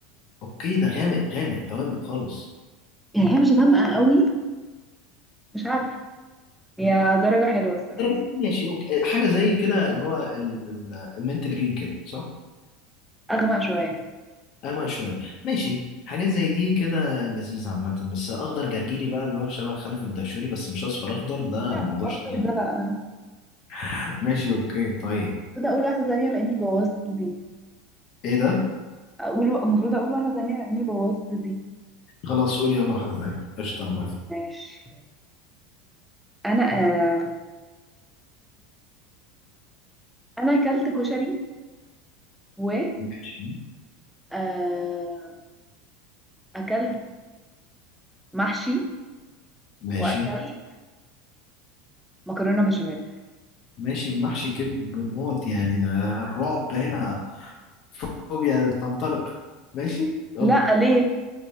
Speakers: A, on the left; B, in the centre.
A: اوكي ده غامق غامق غوامق خالص
B: يعني هي مش غامقة قوي مش عارفة هي درجة حلوة الصراحة
A: درجات ماشي اوكي حاجه زي كده اللي هو ال- ال- المنت جرين كده صح
B: اغمق شوية
A: أغمق شوية ماشي حاجات زي دي كده لذيذة عامة بس أخضر جرجيري بقى اللي هو شبه خلف الدهشوري بس مش أصفر أخضر ده
B: لا
A: الموضوع
B: لا اكتر
A: شديد
B: ده لا المفروض
A: <laughs> ماشي أوكي طيب
B: اقول واحدة ثانية لاني بوظت دي
A: إيه ده؟
B: اقول المفروض اقول واحدة ثانية لاني بوظت دي
A: خلاص قولي يلا واحدة تانية قشطة أنا موافق
B: ماشي انا آم، انا اكلت كشري و
A: ماشي
B: آه، اكلت محشي
A: ماشي
B: واكلت مكرونة بشاميل
A: ماشي محشي كدب موت يعني ده الرعب هنا فوبيا بتنطلق ماشي يلا
B: لا ليه